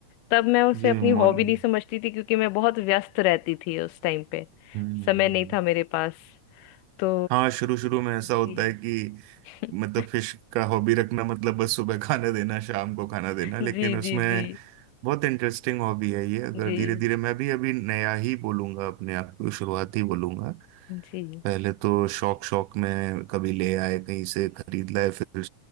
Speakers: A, on the left; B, on the right.
A: तब मैं उसे
B: ये
A: अपनी
B: मौली
A: हॉबी
B: हम्म
A: नहीं समझती थी क्योंकि मैं बहुत व्यस्त रहती थी उस टाइम पे
B: हम्म, हम्म।
A: समय
B: हम्म।
A: नहीं था मेरे पास तो
B: हाँ शुरू शुरू में ऐसा होता
A: जी
B: है कि
A: <laughs>
B: मतलब फिश का हॉबी रखना मतलब बस सुबह खाना देना शाम को खाना देना लेकिन
A: जी
B: उसमें
A: जी जी
B: बहुत इंटरेस्टिंग हॉबी है ये अगर
A: जी
B: धीरे धीरे मैं भी अभी नया ही बोलूंगा अपने आप को शुरुआत ही बोलूंगा
A: जी
B: पहले तो शौक शौक में कभी ले आए कहीं से खरीद लाए फिर